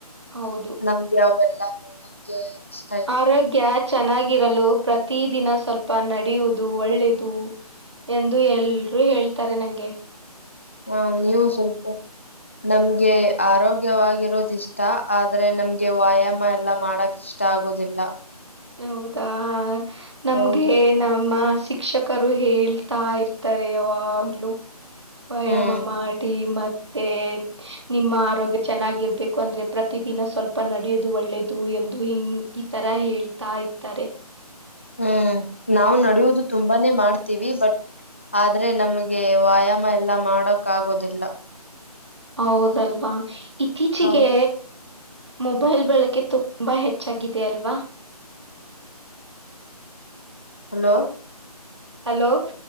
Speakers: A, on the right (about 45°); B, on the left (about 20°).
A: ಹೌದು
B: ನಮ್ಗೆ ಅವೆಲ್ಲ ನಡ <unintelligible>
A: ಆರೋಗ್ಯ ಚೆನ್ನಾಗಿರಲು ಪ್ರತಿ ದಿನ ಸ್ವಲ್ಪ ನಡೆಯುವುದು ಒಳ್ಳೇದು ಎಂದು ಎಲ್ರರು ಹೇಳ್ತಾರೆ ನಂಗೆ.
B: ಹಾ ನೀವು ಸ್ವಲ್ಪ ನಮ್ಗೆ ಆರೋಗ್ಯ. ವಗವಾಗಿರೋದ ಇಷ್ಟ ಆದ್ರೆ ನಮ್ಗೆ ವ್ಯಾಯಾಮ ಎಲ್ಲ ಮಾಡಕ್ ಇಷ್ಟ ಆಗೋದಿಲ್ಲ.
A: ಹೌದಾ ನಮ್ಗೆ.
B: ಹೌದು
A: ನಮ್ಮ ಶಿಕ್ಷಕರು ಹೇಳ್ತಾ ಇರ್ತಾರೆ ಯಾವಾಗ್ಲುೂ. ವ್ಯಾಯಾಮ
B: ಹ್ಮ್
A: ಮಾಡಿ ಮತ್ತೆ. ನಿಮ್ಮ ಆರೋಗ್ಯ ಚೆನ್ನಾಗಿರ್ಬೇಕು ಅಂದ್ರೆ ಪ್ರತಿ ದಿನ ಸ್ವಲ್ಪ ನಡಿಯೋದು ಒಳ್ಳೇದು ಎಂದು ಹಿಂಗ.. ಈ ತರ ಹೇಳ್ತಾ ಇತಾರೆ.
B: ಹ್ಮ್ ನಾವು ನಡುವುದು ತುಂಬ.. ುಂಬನೆ ಮಾಡ್ತೀವಿ ಬಟ್ ಆದ್ರೆ ನಮ್ಗೆ ವ್ಯಾಯಾಮ ಎಲ್ಲಾ ಮಾಡಕ್ ಆಗೋದಿಲ್ಲ.
A: ಹೌದಲ್ವಾ ಇತ್ತೀಚಿಗೆ.
B: ಹೌದು
A: ಮೊಬೈಲ್ ಬಳಕೆ ತುಂಬಾ ಹೆಚ್ಚಾಗಿದೆ ಅಲ್ವಾ.
B: ಹಲೋ.
A: ಹಲೋ.